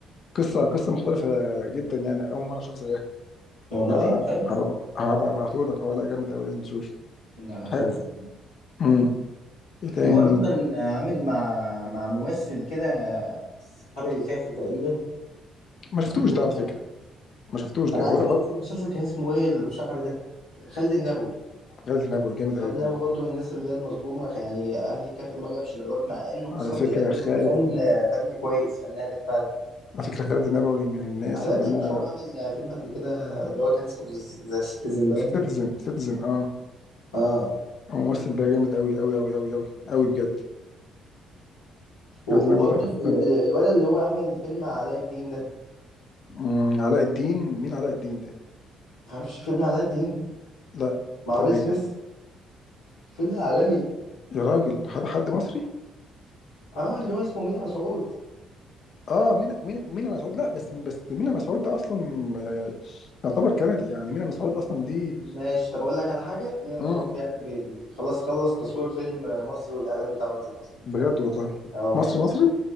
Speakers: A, on the left (about 45°); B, on the left (about 70°).
A: قصه قصه مختلفه جدا يعني اول مره اشوف زيها
B: والله
A: هبقى
B: حلو
A: هبقى هبقى ابعته لك اه لا جامد قوي لازم تشوف
B: لا هشوفه
A: حاجه امم ايه تاني
B: وبرضه كان عامل مع مع ممثل كده أصحاب الكهف تقريبا
A: ما شفتوش
B: عندهم
A: ده على فكره
B: ده
A: ما شفتوش ده
B: أنا عايز
A: هو ده
B: بقى
A: هو
B: بطل المسلسل كان اسمه إيه اللي بشعر ده؟ خالد النبوي
A: خالد النبوي جامد قوي
B: خالد النبوي
A: برضه
B: برضه من الناس اللي هي المظلومة يعني أهل الكهف ده ما جابش إيرادات مع إنه
A: على
B: أصلا
A: فكره
B: بيقدم
A: خالد
B: فن فن كويس فن هادف فعلا
A: على فكره خالد النبوي من الناس
B: على
A: اللي
B: رأيي
A: انا
B: مش هو عمل فيلم قبل كده اللي هو كان اسمه ذا سيتيزن باين؟
A: سيتيزن سيتيزن اه
B: آه
A: هو الممثل ده جامد قوي قوي قوي قوي قوي قوي بجد
B: و-
A: خالد النبوي
B: وبرضه
A: ده في الثانيه
B: ال- ال- الولد اللي هو عمل فيلم علاء الدين ده
A: أمم، علاء الدين مين علاء الدين ده
B: متعرفش فيلم علاء الدين
A: لا
B: مع
A: بتاع
B: ويل
A: ايه
B: سميث
A: ده
B: الفيلم العالمي
A: يا راجل حد حد مصري
B: اه اللي هو اسمه مينا مسعود
A: اه مين مين مين مسعود لا بس بس مين مسعود ده اصلا يعني يعتبر كندي يعني مين مسعود اصلا دي
B: ماشي طب اقول لك على حاجه مينا مسعود
A: امم
B: بيعمل بي بي خلاص خلص تصوير فيلم مصري والاعلان بتاعه نزل اصلا
A: بجد والله
B: اه والله
A: مصري مصري